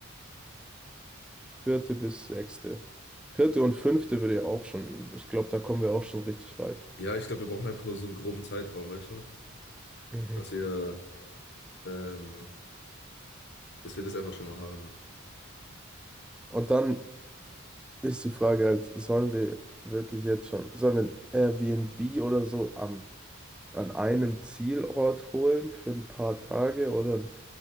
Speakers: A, in the centre; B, on the left.
A: vierte bis sechste. Vierte und fünfte würde ja auch schon, ich glaube, da kommen wir auch schon richtig weit.
B: Ja, ich glaube, wir brauchen einfach nur so einen groben Zeitraum, weißt du?
A: Mhm.
B: Dass wir, ähm, dass wir das einfach schon mal haben.
A: Und dann ist die Frage halt, sollen wir wirklich jetzt schon, sollen wir ein Airbnb oder so am, an einem Zielort holen für ein paar Tage oder ein